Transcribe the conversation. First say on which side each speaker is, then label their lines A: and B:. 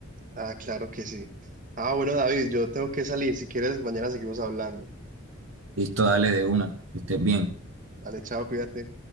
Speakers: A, on the right; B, on the right.
A: Ah, claro que sí. Ah, bueno, David, yo tengo que salir. Si quieres, mañana seguimos hablando.
B: Listo, dale de una. Que estés bien.
A: Dale, chao, cuídate.